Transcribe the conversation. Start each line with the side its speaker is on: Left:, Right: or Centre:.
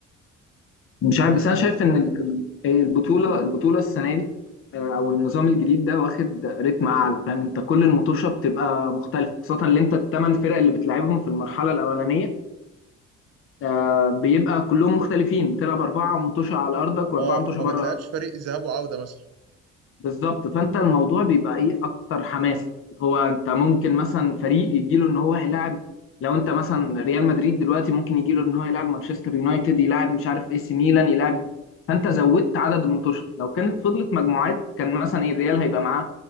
Left: مش عارف
Right: يعني
Left: بس انا شايف
Right: حاسس
Left: ان ال- ال- البطوله البطوله السنه دي آه، او النظام الجديد ده واخد رتم اعلى فاهم انت كل المطوشه بتبقى مختلفه خاصه اللي انت الثمان فرق اللي بتلعبهم في المرحله الاولانيه آه، بيبقى كلهم مختلفين بتلعب أربعة متوشة على أرضك وأربعة
Right: اه
Left: متوشة
Right: ما
Left: بره
Right: بتلعبش
Left: أرضك.
Right: فريق ذهاب وعوده مثلا
Left: بالظبط فأنت الموضوع بيبقى إيه أكتر حماس هو أنت ممكن مثلا فريق يجيله إن هو هيلاعب لو أنت مثلا ريال مدريد دلوقتي ممكن يجيله إن هو يلاعب مانشستر يونايتد يلاعب مش عارف إيه سي ميلان يلاعب فأنت زودت عدد المتوشة لو كانت فضلت مجموعات كان مثلا إيه الريال هيبقى معاه